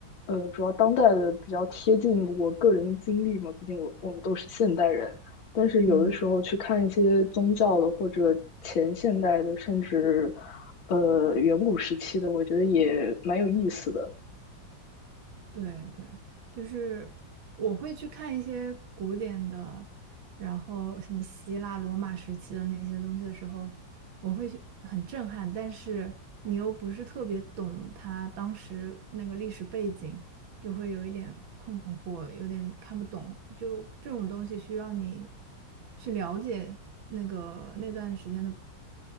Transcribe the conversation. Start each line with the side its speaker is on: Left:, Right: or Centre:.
Left: 呃，主要当代的比较贴近我个人的经历嘛，毕竟我我们都是现代人。但是有的时候去看一些宗教的或者前现代的，
Right: 嗯。
Left: 甚至呃远古时期的，我觉得也蛮有意思的。
Right: 对对，就是我会去看一些古典的，然后什么希腊、罗马时期的那些东西的时候，我会去很震撼，但是你又不是特别懂他当时那个历史背景，就会有一点困惑，有点看不懂。就这种东西需要你去了解那个那段时间的